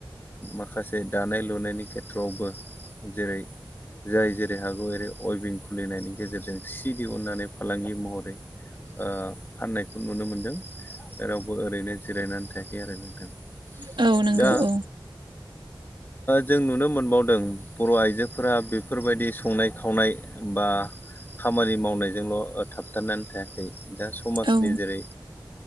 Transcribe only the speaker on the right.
औ नंगौ
औ
औ